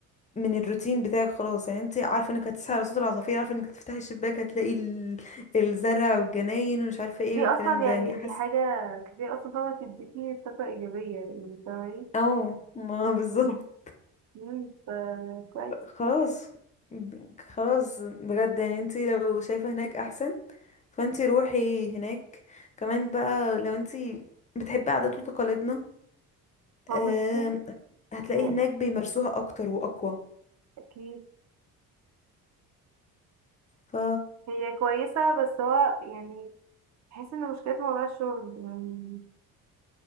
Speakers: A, on the left; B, on the right.
A: من الروتين بتاعك خلاص يعني انت عارفة انك هتصحي على صوت العصافير عارفة انك تفتحي الشباك هتلاقي ال- الزرع والجناين ومش عارفة ايه
B: دي
A: والكلام
B: أصلا
A: ده
B: يعني
A: يعني
B: دي
A: حاسة
B: حاجة كتير أصلا فاهمة تديكي طاقة إيجابية يعني فاهمة
A: او ما <laughs> بالظبط
B: مم، ف- كويس
A: خلاص خلاص بجد يعني انت لو شايفة هناك احسن فانت روحي هناك كمان بقى لو انت بتحبي عادات وتقاليدنا
B: هو
A: آه،
B: بصي
A: هتلاقيه
B: هي
A: هناك بيمارسوها اكتر واقوى
B: اكيد
A: ف
B: هي كويسة بس هو يعني بحس ان مشكلة موضوع الشغل يعني